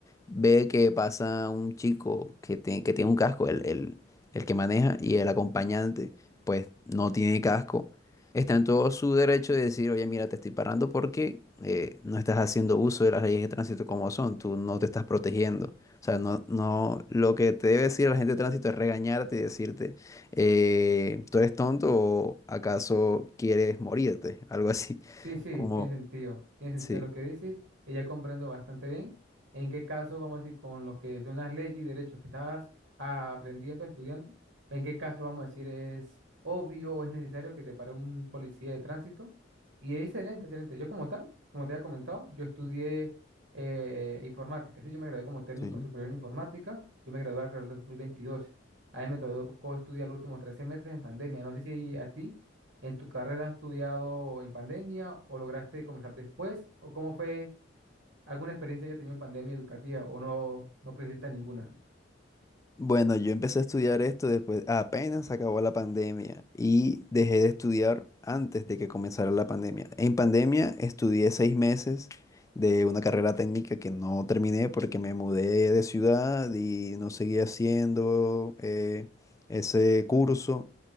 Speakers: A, on the left; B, on the right.
A: ve que pasa un chico que, tiene- que tiene un casco, el, el- el que maneja y el acompañante, pues no tiene casco, está en todo su derecho de decir, oye, mira, te estoy parando porque eh, no estás haciendo uso de las leyes de tránsito como son, tú no te estás protegiendo. O sea, no, no, lo que te debe decir la gente de tránsito es regañarte y decirte, eh, ¿tú eres tonto o acaso quieres morirte? <laughs> Algo así,
B: Sí, sí,
A: como,
B: tiene sentido. Tiene sentido
A: sí.
B: lo que dices. Y ya comprendo bastante bien en qué caso, vamos a decir, con lo que son las leyes y derechos que estabas ah, aprendiendo, estudiando, en qué caso, vamos a decir, es obvio o es necesario que te pare un policía de tránsito. Y es excelente, excelente. Yo como tal, como te había comentado, yo estudié eh, informática. Sí, yo me gradué como técnico
A: Sí.
B: superior en informática. Yo me gradué alrededor de 2022. A mí me tocó estudiar los últimos tres semestres en pandemia. No sé si a ti ¿En tu carrera has estudiado en pandemia o lograste comenzar después? ¿O cómo fue alguna experiencia que tenido en pandemia educativa o no, no presenta ninguna?
A: Bueno, yo empecé a estudiar esto después, apenas acabó la pandemia y dejé de estudiar antes de que comenzara la pandemia. En pandemia estudié seis meses de una carrera técnica que no terminé porque me mudé de ciudad y no seguí haciendo eh, ese curso.